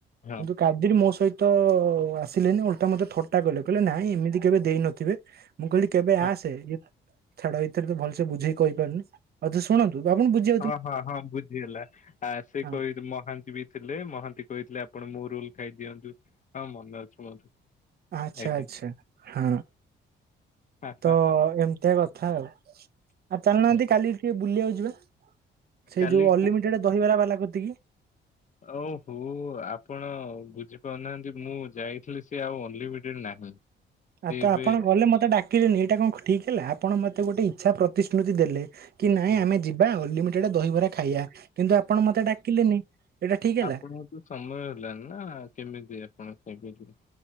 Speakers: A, on the left (about 40°); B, on the right (about 50°).
A: ହଁ,
B: କିନ୍ତୁ କାଦିର ମୋ ସହି ତ ଆସିଲେନି ଓଲଟା ମତେ ଥଟା କଲେ କହିଲେ ନାଇଁ ଏମିତି କେବେ ଦେଇନଥିବେ। ମୁଁ କହିଲି କେବେ
A: ହଁ।
B: ଆସେ ଏ ଛାଡ ଏଥିରେ ତ ଭଲସେ ବୁଝେଇି କହିପାରୁନି ଆଉ ତେ ଶୁଣନ୍ତୁ ଆପଣ ବୁଝି
A: ହଁ ହଁ ହଁ ବୁଝିଗଲା ଆ ସେ
B: ହଁ,
A: କହି ମହାନ୍ତି ବି ଥିଲେ ମହାନ୍ତି କହିଥିଲେ ଆପଣ ମୋ ରୋଲ ଖାଇଦିଅନ୍ତୁ ହଁ ମନେ ଅଛୁ ମୋର।
B: ଆଛା
A: ଆଜ୍ଞା
B: ଆଛା ହଁ
A: ହା ହା
B: ତ ଏମ୍ ଏମିତିଆ କଥା ଆଉ ଆଉ ଚାଲିନାହାନ୍ତି
A: ହୁଁ
B: କାଲି ଟିକେ ବୁଲିବାକୁ ଯିବା। ସେଇ
A: କାଲି
B: ଯୋଉ ଅନଲିମିଟଡ ଦହିବ ବାଲା କତି କି।
A: ଓ ହୋ ଆପଣ ବୁଝିପାରୁନାହାନ୍ତି ମୁଁ ଯାଇଥିଲି ସେ ଆଉ ଅନଲିମିଟେଡ ନାହିଁ। ସେ
B: ଆଉ ତ
A: ଏବେ
B: ଆପଣ ଗଲେ ମତେ ଡାକିଲେନି ଏଇଟା କଣ ଠିକ ହେଲା ଆପଣ ମତେ ଗୋଟେ ଇଚ୍ଛା ପ୍ରତିଶ୍ରୁତି ଦେଲେ। କି ନାଇଁ
A: ହଁ
B: ଆମେ ଯିବା ଅନଲିମିଟେଡ ଦହିବରା ଖାଇବା କିନ୍ତୁ ଆପଣ ମତେ ଡାକିଲେନି ଏଇଟା ଠିକ ହେଲା?
A: ଆପଣଙ୍କୁ ତ ସମୟ ହେଲାଣି ନା କେମିତି ଆପଣ ସେବେଠୁ